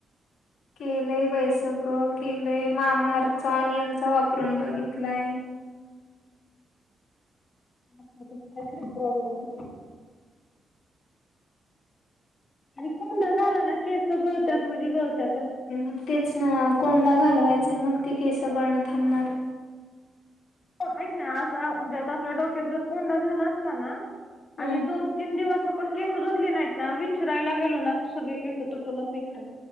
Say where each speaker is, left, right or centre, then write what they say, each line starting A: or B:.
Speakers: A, on the left (about 80°); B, on the left (about 45°).
A: केलंय बाई सगळं केलंय. मामाअर्थचा ऑनियन चा वापरून बघितलाय.
B: आपल्यातच काय तरी प्रॉब्लेम असल. आणि कोंडा झाला ना, केसं गळत्यात म्हणजे गळतातच.
A: मग तेच न. कोंडा घालवायचाय मग, ते केस गळणं थांबणार.
B: ऐक ना, असा म्हणजे आता आपल्या डोक्यात जर, कोंडा झाला असला ना,
A: हम्म
B: आणि दोन- तीन दिवस आपण केस धूतली नाहीत ना, विंचरायला गेलो ना सगळे केस तुटूनच निघतात.